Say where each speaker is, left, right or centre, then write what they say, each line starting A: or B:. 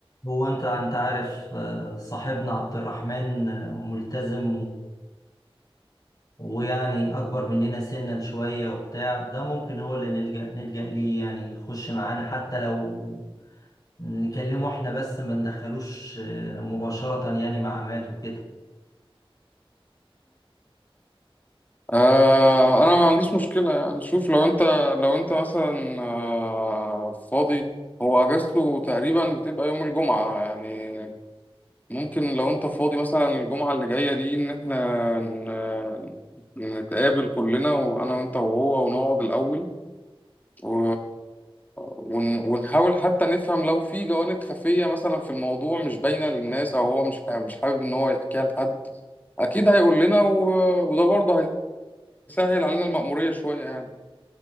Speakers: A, on the left; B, on the left.
A: هو انت انت عارف آه، صاحبنا عبد الرحمن آه، ملتزم ويعني اكبر مننا سنا شوية وبتاع ده ممكن هو اللي نلجأ نلجأ ليه يعني يخش معانا حتى لو نكلمه احنا بس ما ندخلوش آه، مباشرة يعني مع عماد وكده
B: آه انا ما عنديش مشكلة يعني شوف لو انت لو انت مثلا آه فاضي هو اجازته تقريبا بتبقى يوم الجمعة يعني ممكن لو انت فاضي مثلا الجمعة اللي جاية دي ان احنا ن- نتقابل كلنا وانا وانت وهو ونقعد الاول و... ون... ونحاول حتى نفهم لو في جوانب خفية مثلا في الموضوع مش باينة للناس او هو مش ح- مش حابب ان هو يحكيها لحد اكيد هيقول لنا و... وده برضه هيسهل علينا المأمورية شوية يعني